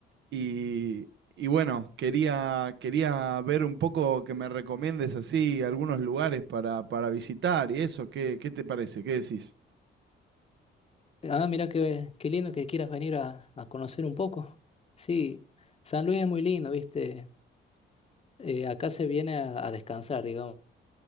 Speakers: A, on the right; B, on the left.
A: y, y bueno, quería, quería ver un poco que me recomiendes así algunos lugares para, para visitar y eso, ¿qué, qué te parece? ¿Qué decís?
B: Ah, mira qué, qué lindo que quieras venir a, a conocer un poco. Sí, San Luis es muy lindo, ¿viste? Eh, acá se viene a, a descansar, digamos,